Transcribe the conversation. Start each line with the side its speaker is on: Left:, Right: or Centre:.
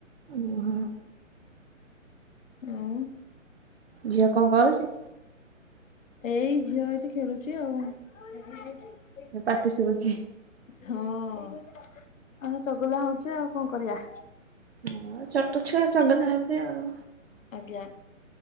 Right: ଓହ
Left: ଆଉ
Right: ଝିଅ କଣ କରୁଛି?
Left: ଏଇ ଝିଅ ଏଇଠି ଖେଳୁଛି ଆଉ
Right: ତା ପାଟି ଶୁଭୁଛି
Left: ହ ଆଉ ଚଗୁଲା ହଉଚ ଆଉ କଣ କରିବା
Right: ହଁ ଛୋଟ ଛୁଆ ଚଗଲା ହେବେ ଆଉ
Left: ଆଜ୍ଞା